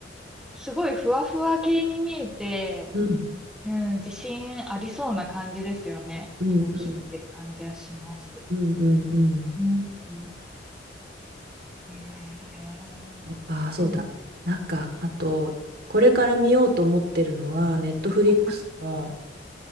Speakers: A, in the centre; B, on the right (about 60°).
A: すごいふわふわ系に見えて、
B: うん。
A: うん、自信ありそうな感じですよね。
B: うん。
A: こう、
B: うん。
A: 秘めてる感じはします。
B: うん。うん。うん
A: うん。うんえー、
B: ああ、そうだ。
A: ロ
B: なんか、あと、これから見ようと思ってるのは、ネットフリックスの、
A: はいは